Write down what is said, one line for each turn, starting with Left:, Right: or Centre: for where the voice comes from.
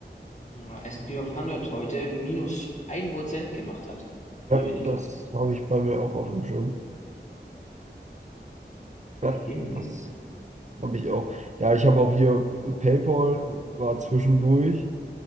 Left: äh, S&P 500 heute minus ein Prozent gemacht hat. Jemine.
Right: Ja, das habe ich bei mir auch auf dem Schirm. Ja,
Left: Ah, Jemine.
Right: das habe ich auch. Ja, ich habe auch hier PayPal war zwischendurch.